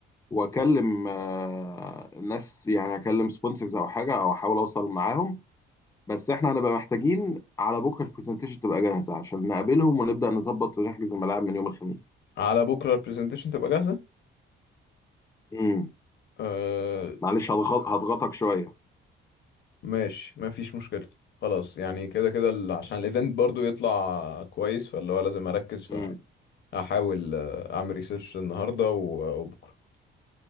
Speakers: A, on the left; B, on the left.
A: واكلم آه ناس يعني اكلم سبونسرز او حاجه او احاول اوصل معاهم بس احنا هنبقى محتاجين على بكره البرزنتيشن تبقى جاهزه عشان نقابلهم ونبدا نظبط ونحجز الملاعب من يوم الخميس
B: على بكره البرزنتيشن تبقى جاهزه
A: امم
B: آه
A: معلش هضغط هضغطك شويه
B: ماشي ما فيش مشكله خلاص يعني كده كده ال- عشان الايفنت برضو يطلع كويس فاللي هو لازم اركز ف
A: امم
B: هحاول آه، اعمل ريسيرش النهارده و- آه، وبكره